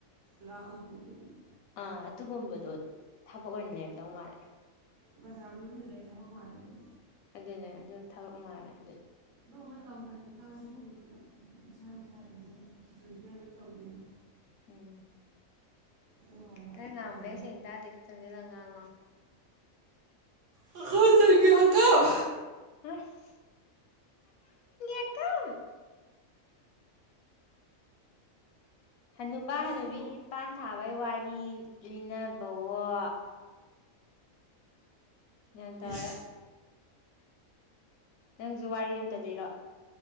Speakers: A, on the right; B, on the left.
A: ꯂꯍ ꯄꯨꯗꯣꯏꯅꯤ
B: ꯑꯥ ꯑꯗꯨꯒꯨꯝꯕꯗꯣ ꯊꯕꯛ ꯑꯣꯏꯅ ꯂꯩꯔꯝꯗꯧ ꯃꯥꯜꯂꯦ
A: ꯕꯖꯥꯔ ꯃꯅꯨꯡꯒꯤꯗꯨꯗꯤ ꯑꯩ ꯊꯕꯛ ꯃꯥꯂꯦ ꯑꯗꯨꯝ
B: ꯑꯗꯨꯅꯦ ꯑꯗꯨ ꯊꯕꯛ ꯃꯥꯜꯂꯦ ꯑꯗꯨ
A: ꯑꯗꯨ ꯃꯣꯏ ꯀꯝꯄꯅꯤ ꯉꯁꯤꯗꯤ ꯃꯁꯥ ꯃꯁꯥꯒꯤ ꯃꯣꯏ ꯁꯤꯀ꯭ꯔꯨꯇꯤ ꯑꯗꯨꯝ ꯇꯧꯖꯩ
B: ꯎꯝ
A: ꯑꯗꯨ ꯍꯥꯏꯔ
B: ꯅꯪ ꯉꯥꯡꯕ
A: ꯃꯥꯜꯂꯦ
B: ꯃꯌꯦꯛ ꯁꯦꯡꯅ ꯇꯗꯦ ꯈꯔ ꯆꯪꯁꯤꯜꯂꯒ ꯉꯥꯡꯉꯣ
A: ꯍꯀꯥꯝ ꯆꯟꯒꯦ ꯍꯀꯥꯝ
B: ꯑꯏ ꯍꯀꯥꯝ ꯍꯅꯨꯕꯥ
A: ꯉꯁꯤꯗꯤ
B: ꯍꯅꯨꯕꯤꯒꯤ
A: ꯇꯨꯝ
B: ꯄꯥꯟ ꯊꯥꯕꯩ ꯋꯥꯔꯤ ꯂꯤꯅꯕꯑꯣ ꯅꯨꯡ ꯇꯧꯔꯦ
A: ꯏꯁ
B: ꯅꯪꯖꯨ ꯋꯥꯔꯤ ꯑꯝꯇ ꯂꯤꯔꯣ